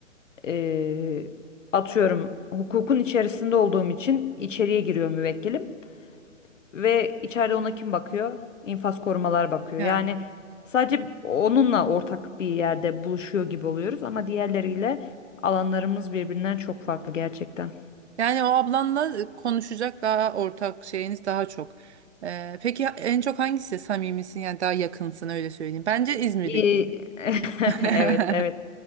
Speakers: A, on the left (about 65°); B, on the right (about 55°).
A: E, atıyorum hukukun içerisinde olduğum için içeriye giriyor müvekkilim ve içeride ona kim bakıyor? İnfaz korumalar bakıyor.
B: yani.
A: Yani sadece onunla ortak bir yerde buluşuyor gibi oluyoruz ama diğerleriyle alanlarımız birbirinden çok farklı gerçekten.
B: Yani o ablanla e, konuşacak daha ortak şeyiniz daha çok. E, peki en çok hangisi samimisin yani daha yakınsın öyle söyleyeyim. Bence İzmir'deki.
A: İyi. <laughs>
B: <laughs>
A: Evet, evet.